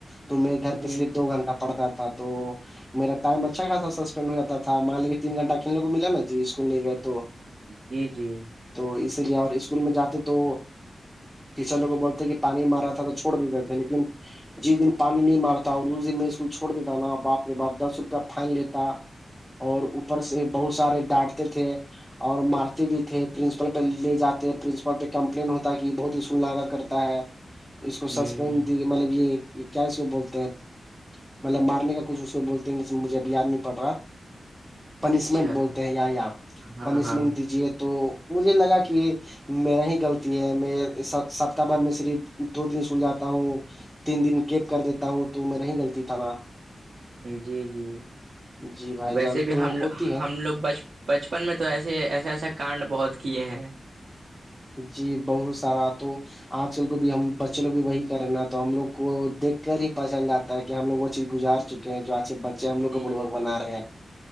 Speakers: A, in the centre; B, on the right.
A: تو میرے گھر
B: ہ
A: پچرے دو گھنٹہ پڑتا تھا تو میرا ٹائم اچھا سسپینڈ ہو جاتا تھا مان لے کے تین گھنٹ کلنے کو ملا نا جی اسکول لے گئے تھ
B: جی جی
A: تو اسی لیے اور اسکول میں جاتے تو ٹیچر لوگ بولتے ہیں کہ پانی مار رہا تھا تو چوڑ نہیں دیتے تھے لیکن جس دن پانی نہیں مارتا اور اس دن میں اسکول چھوڑ دیتا نا باپ رے باپ دس روپیہ فائن لیتا اور اوپر سے بہت سارے ڈانٹتے تھے اور مارتے بھی تھے پرنسپل پہ لے جاتے پرنسپل پہ کمپلین ہوتا ہے کہ بہت اسکول لگا کرتا ہے اس کو
B: ہوں
A: سسپینڈ دی کہ مطلب یہ کیا اس کو بولتے ہیں مطلب مارنے کا کچھ اس کو بولتے ہیں جس میں مجھے اب یاد نہیں پڑ رہا پنشمنٹ
B: اچھا
A: بولتے ہیں یی آپ
B: ہاں
A: پنشمنٹ
B: ہاں
A: دیجیے تو مجھے لگا کہ میرا ہی غلط ہے میں سپتاہ بھر میں صرف دو تن سول جاتا ہوں تین دن گیپ کر دیتا ہوں تو میرریا ہی غلطی تھا نا
B: جی جی
A: جی بھائی
B: ویسے
A: جان
B: بھی
A: تو
B: ہموگ
A: ہوتی ہے
B: ہم لوگ بچ بچپن میں تو ایسے ایسے ایسا کانڈ بہت کیے ہیں
A: جی بہت سارا تو <unintelligible> آج کل کو بھی ہم بچے لو بھی وہی کریں نا تو ہم لوگ کو دیکھ کر ہی پت چل جا ہے کہ ہم لوگ وہ چیز گزار چکے ہیں جو آج کے بچے ہم لوگ
B: جی
A: کو پوروک بنا رہے ہیں